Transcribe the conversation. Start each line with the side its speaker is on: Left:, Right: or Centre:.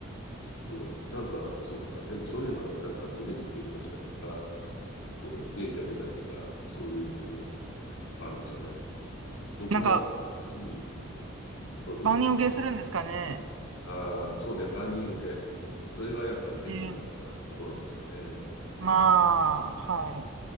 Left: そう。なんか、そっか。でもそういうのがなんか胸にキュンとしたりとか、こう、元気が出たりとか、そういうところがあるんでしょうね。僕もなんか、
Right: なんか、
Left: うん、どうぞどうぞ。
Right: 万人受けするんですかね。っ
Left: ああ、そうね、万人受け。それがやっぱり結構大事なところですよね。
Right: ていう、まあ、はい。